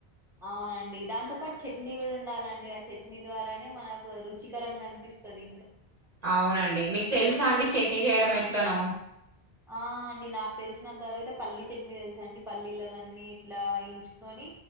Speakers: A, in the centre; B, on the right.
A: అవునండి దాంతో పాటు చట్నీ కూడా ఉండాలండి ఆ చట్నీ ద్వారానే మనకు రుచికరంగా కనిపిస్తది
B: అవునండి మీకు తెలుసా అండి చెట్ ట్నీ చేయడము ఏట్లేనో
A: ఆ అండి నాకు తెలిసినంతవరకుతే పల్లీ చట్నీ తెలుస అండి పల్లీలలన్ని ఇట్లా ఎంచుకొని